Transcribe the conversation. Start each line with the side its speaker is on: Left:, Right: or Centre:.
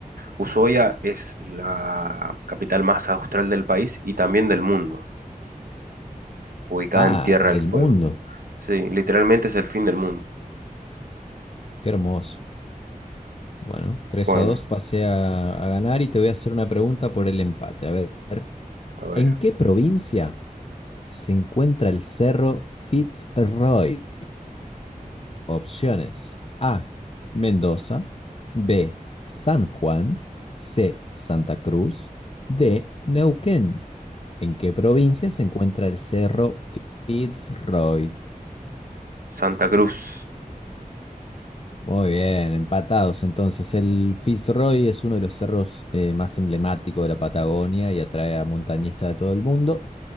Right: Ushuaia es la capital más austral del país y también del mundo, ubicada
Left: Ah,
Right: en Tierra
Left: del
Right: del Fuego.
Left: mundo,
Right: Sí, literalmente es el fin del mundo.
Left: qué hermoso. Bueno, tres
Right: Bueno,
Left: a dos pasé a, a ganar y te voy a hacer una pregunta por el empate. A ver,
Right: a ver.
Left: ¿en qué provincia se encuentra el Cerro Fitzroy. Opciones. A. Mendoza. B. San Juan. C. Santa Cruz. D. Neuquén. ¿En qué provincia se encuentra el Cerro Fitzroy?
Right: Santa Cruz.
Left: Muy bien, empatados. Entonces, el Fitzroy es uno de los cerros eh, más emblemáticos de la Patagonia y atrae a montañistas de todo el mundo.